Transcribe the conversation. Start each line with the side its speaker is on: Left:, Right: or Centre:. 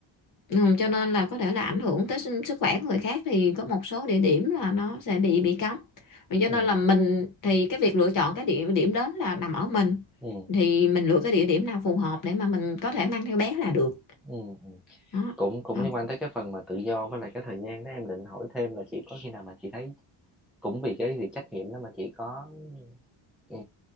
Left: ừ, cho nên là có thể là ảnh hưởng tới sức sức khỏe của người khác thì có một số địa điểm là nó sẽ bị bị cấm Vì cho
Centre: ừ
Left: nên là mình thì cái việc lựa chọn cái địa điểm đến là nằm ở mình
Centre: ừ
Left: thì mình lựa cái địa điểm nào phù hợp để mà mình có thể mang theo bé là được
Centre: ừ ừ.
Left: đó
Centre: cũng cũng
Left: à,
Centre: liên quan tới cái phần mà tự do với lại cái thời gian đó em định hỏi thêm là chị có khi nào mà chị thấy cũng vì cái việc trách nhiệm đó mà chị có ừ,